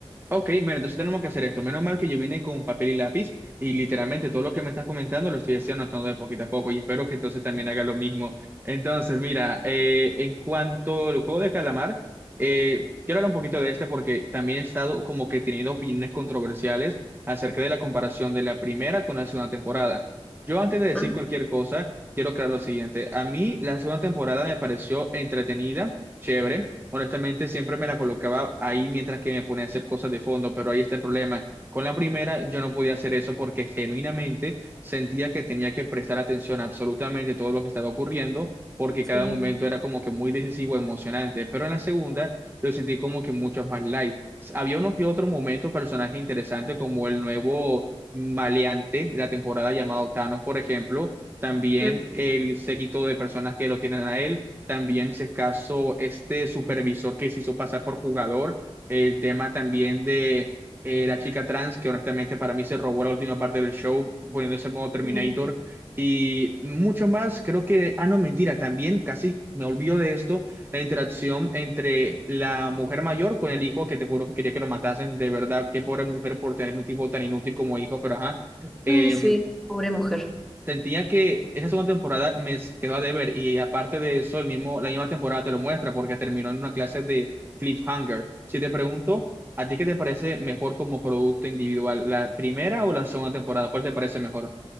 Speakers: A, on the right (about 20°); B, in the centre.
A: Ok, bueno, entonces tenemos que hacer esto. Menos mal que yo vine con papel y lápiz y literalmente todo lo que me estás comentando lo estoy haciendo anotando de poquito a poco y espero que entonces también haga lo mismo. Entonces, mira, eh, en cuanto al juego de calamar, eh, quiero hablar un poquito de este porque también he estado como que teniendo opiniones controversiales acerca de la comparación de la primera con la segunda temporada. Yo antes de decir
B: Ah,
A: cualquier cosa, quiero aclarar lo siguiente. A mí la segunda temporada me pareció entretenida, chévere honestamente siempre me la colocaba ahí mientras que me ponía a hacer cosas de fondo, pero ahí está el problema. Con la primera yo no podía hacer eso porque genuinamente sentía que tenía que prestar atención a absolutamente todo lo que estaba ocurriendo, porque
B: sí.
A: cada momento era como que muy decisivo, emocionante, pero en la segunda lo sentí como que mucho más light. Había uno que otro momento, personaje interesante como el nuevo maleante de la temporada llamado Thanos, por ejemplo, también
B: Mm,
A: el séquito de personas que lo tienen a él también si es caso este supervisor que se hizo pasar por jugador, el tema también de eh, la chica trans, que honestamente para mí se robó la última parte del show poniéndose en modo Terminator
B: sí.
A: y mucho más, creo que, ah no, mentira, también casi me olvido de esto, la interacción entre la mujer mayor con el hijo, que te juro que quería que lo matasen, de verdad, qué pobre mujer por tener un tipo tan inútil como hijo, pero ajá. Em,
B: Ay, sí, pobre mujer.
A: sentía que esa segunda temporada me quedó a deber y aparte de eso, el mismo, la misma temporada te lo muestra porque terminó en una clase de cliffhanger. Si te pregunto, ¿a ti qué te parece mejor como producto individual, la primera o la segunda temporada? ¿Cuál te parece mejor?